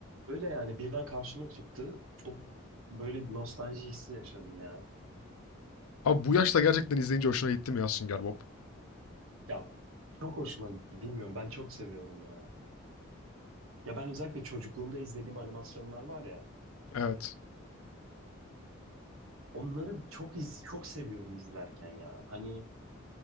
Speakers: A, on the right (about 75°); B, on the left (about 85°).
A: Öyle yani birden karşıma çıktı. Çok böyle bir nostalji hissi yaşadım ya.
B: Abi bu yaşta gerçekten izleyince hoşuna gitti mi ya Sünger Bob?
A: Ya çok hoşuma gitti. Bilmiyorum ben çok seviyorum ya. Ya ben özellikle çocukluğumda izlediğim animasyonlar var ya.
B: Evet.
A: Onları çok iz, çok seviyorum izlerken ya. Hani